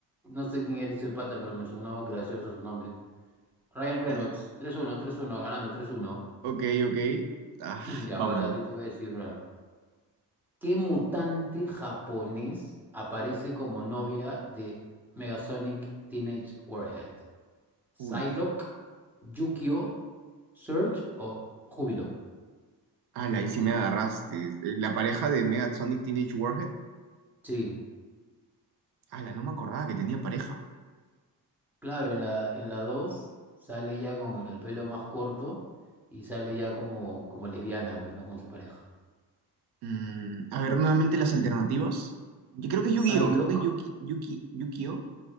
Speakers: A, in the centre; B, on the right.
A: No sé quién era ese pata, pero me sonó gracioso su nombre. Ryan Reynolds,
B: Ah,
A: tres uno tres uno ganando tres uno
B: Ok, ok. Ah,
A: <clears throat> Y ahora
B: vamos.
A: yo te voy a decir una. ¿Qué mutante japonés aparece como novia de Megasonic Teenage Warhead? ¿Psylocke,
B: Uy.
A: Yukio, Surge o Júbilo?
B: Ala, ahí sí me agarraste. Eh, La pareja de Sonic Teenage Warhead.
A: Sí.
B: Ala, no me acordaba que tenía pareja.
A: Claro, en la, en la 2 sale ya con el pelo más corto y sale ya como, como lesbiana, pues, ¿no? Con su pareja.
B: Mm, a ver, nuevamente las alternativas. Yo creo que es
A: Psylocke,
B: Yu-Gi-Oh! Creo que es Yuki, Yuki, Yu-Gi-Oh!